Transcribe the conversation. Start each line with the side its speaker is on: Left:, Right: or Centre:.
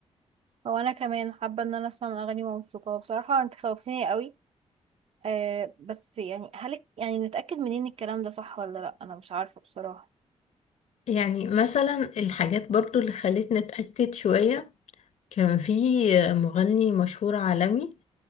Right: هو انا كمان حابة ان انا اسمع من اغاني موسيقى بصراحة انت خوفتيني قوي آه بس يعني هل يعني نتأكد منين الكلام ده صح ولا لا انا مش عارفة بصراحة
Left: يعني مثلا الحاجات برضو اللي خلتني اتأكد شوية كان في مغني مشهور عالمي